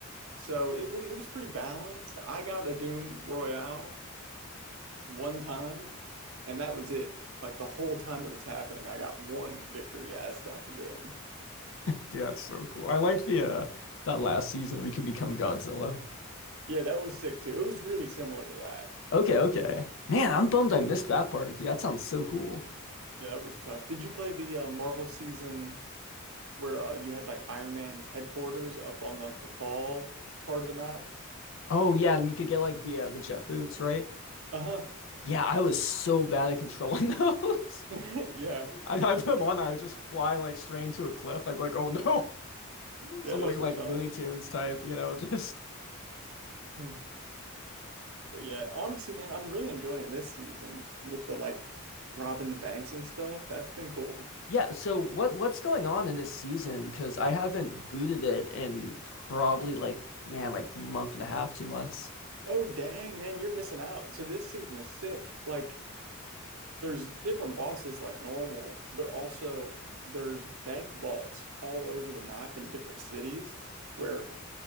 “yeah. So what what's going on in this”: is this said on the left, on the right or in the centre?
Left